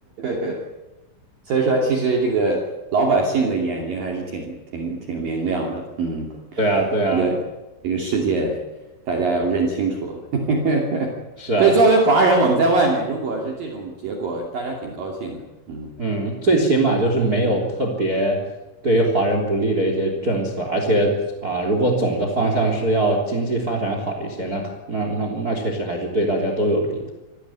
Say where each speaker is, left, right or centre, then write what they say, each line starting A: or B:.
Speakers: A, on the right; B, on the right.
A: <laughs> 所以说其实这个老百姓的眼睛还是挺挺挺明亮的，嗯，
B: 对啊，对啊，
A: 这个这个世界大家要认清楚。<laughs>
B: 是啊。
A: 所以作为华人，我们在外面如果是这种结果，大家挺高兴的，嗯。
B: 嗯，最起码就是没有特别对于华人不利的一些政策，而且啊、如果总的方向是要经济发展好一些，那可那那那确实还是对大家都有利的。